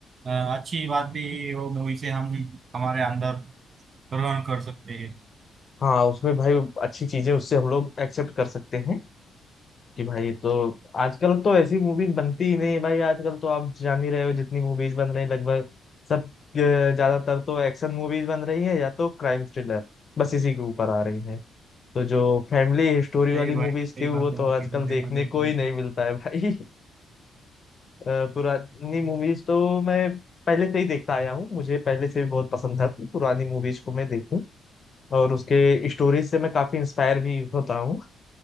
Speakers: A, on the right; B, on the left.
A: अ, अच्छी बात भी वो मूवी से हम हमारे अंदर ग्रहण कर सकते हैं
B: हाँ उसमें भाई अच्छी चीजें उससे हम लोग एक्सेप्ट कर सकते हैं कि भाई तो आजकल तो ऐसी मूवीज बनती ही नहीं है भाई आजकल तो आप जान ही रहे हो जितनी मूवीज बन रही हैं लगभग सब अ, ज्यादातर तो एक्शन मूवीज बन रही है या तो क्राइम थ्रिलर बस इसी के ऊपर आ रही है तो जो फैमिली स्टोरी
A: सही
B: वाली
A: भाई
B: मूवीज
A: सही
B: थी वो
A: बात है
B: तो
A: आपकी
B: आजकल
A: तो देखा
B: देखने
A: जाए
B: को
A: तो
B: ही
A: इसमें।
B: नहीं मिलता है भाई <laughs> अ, पुरानी मूवीज तो मैं पहले से ही देखता आया हूँ मुझे पहले से भी बहुत पसंद था कि पुरानी मूवीज को मैं देखूं और उसके स्टोरीज से मैं काफी इंस्पायर भी होता हूँ